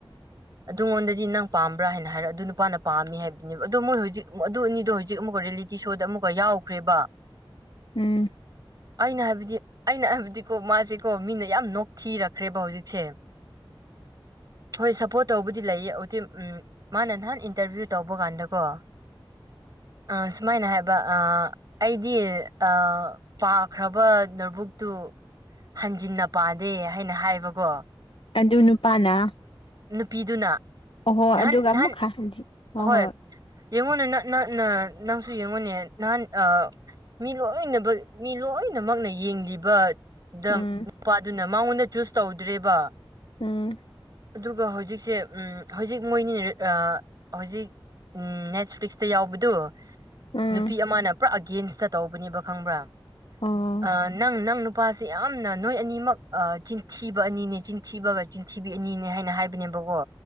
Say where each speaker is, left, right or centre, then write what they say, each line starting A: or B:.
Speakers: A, on the right; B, on the left.
A: ꯑꯗꯨꯉꯣꯟꯗꯗꯤ ꯅꯪ ꯄꯥꯝꯕ꯭ꯔꯥ ꯍꯥꯏꯅ ꯍꯥꯏꯔ ꯑꯗꯨ ꯅꯨꯄꯥꯅ ꯄꯥꯝꯃꯤ ꯍꯥꯏꯕꯅꯦꯕ ꯑꯗꯣ ꯃꯣꯏ ꯍꯧꯖꯤꯛ ꯑꯗꯨ ꯑꯅꯤꯗꯣ ꯍꯧꯖꯤꯛ ꯑꯃꯨꯛꯀ ꯔꯤꯌꯦꯂꯤꯇꯤ ꯁꯣꯗ ꯑꯃꯨꯛꯀ ꯌꯥꯎꯈ꯭ꯔꯦꯕ
B: ꯎꯝ
A: ꯑꯩꯅ ꯍꯥꯏꯕꯗꯤ ꯑꯩꯅ ꯍꯥꯏꯕꯗꯤꯀꯣ ꯃꯥꯁꯦꯀꯣ ꯃꯤꯅ ꯌꯥꯝ ꯅꯣꯛꯊꯤꯔꯛꯈ꯭ꯔꯦꯕ ꯍꯧꯖꯤꯛꯁꯦ
B: <inaudible>
A: ꯍꯣꯏ ꯁꯞꯄꯣꯔꯠ ꯇꯧꯕꯗꯤ ꯂꯩꯌꯦ ꯍꯧꯖꯤꯛ ꯎꯝ ꯃꯥꯅ ꯅꯍꯥꯟ ꯏꯟꯇꯔꯚꯤꯌꯨ ꯇꯧꯕ ꯀꯥꯟꯗꯀꯣ ꯑꯥ ꯁꯨꯃꯥꯏꯅ ꯍꯥꯏꯕ ꯑ ꯑꯩꯗꯤ ꯑ ꯄꯥꯈ꯭ꯔꯕ ꯅꯣꯠꯕꯨꯛꯇꯨ ꯍꯟꯖꯤꯟꯅ ꯄꯥꯗꯦ ꯍꯥꯏꯅ ꯍꯥꯏꯕꯀꯣ
B: ꯑꯗꯨ ꯅꯨꯄꯥꯅ
A: ꯅꯨꯄꯤꯗꯨꯅ
B: ꯑꯣꯍꯣ
A: ꯅꯍꯥꯟ
B: ꯑꯗꯨꯒ
A: ꯅꯍꯥꯟ
B: ꯑꯃꯨꯛ ꯍꯟꯖꯤ ꯍꯣꯏ
A: ꯑꯍꯣꯏ
B: ꯍꯣꯏ
A: ꯌꯦꯡꯉꯣꯅꯦ ꯅ ꯅꯍꯥꯠꯅ ꯅꯪꯁꯨ ꯌꯦꯡꯉꯨꯅꯦ ꯅꯍꯥꯟ ꯑꯥ ꯃꯤ ꯂꯣꯏꯅꯃꯛ ꯃꯤ ꯂꯣꯏꯅꯃꯛꯅ ꯌꯦꯡꯂꯤꯕ ꯗ
B: ꯎꯝ
A: ꯅꯨꯄꯥꯗꯨꯅ ꯃꯉꯣꯟꯗ ꯆꯨꯁ ꯇꯧꯗ꯭ꯔꯤꯕ
B: ꯎꯝ
A: ꯑꯗꯨꯒ ꯍꯧꯖꯤꯛꯁꯦ ꯎ ꯍꯧꯖꯤꯛ ꯃꯣꯏꯅꯤꯅ ꯍꯧꯖꯤꯛ ꯅꯦꯠ ꯐꯂꯤꯛꯁ ꯇ ꯌꯥꯎꯕꯗꯨ
B: ꯎꯝ
A: ꯅꯨꯄꯤ ꯑꯃꯅ ꯄꯨꯔꯥ ꯑꯒꯦꯟꯁꯇ ꯇꯧꯕꯅꯦꯕ ꯈꯪꯕ꯭ꯔꯥ
B: ꯑꯣ
A: ꯑ ꯅꯪ ꯅꯪ ꯅꯨꯄꯥꯁꯦ ꯌꯥꯝꯅ ꯅꯣꯏ ꯑꯅꯤꯃꯛ ꯑ ꯆꯤꯟꯊꯤꯕ ꯑꯅꯤꯅꯦ ꯆꯤꯟꯊꯤꯕꯒ ꯆꯤꯟꯊꯤꯕꯤ ꯑꯅꯤꯅꯦ ꯍꯥꯏꯅ ꯍꯥꯏꯕꯅꯦꯕꯀꯣ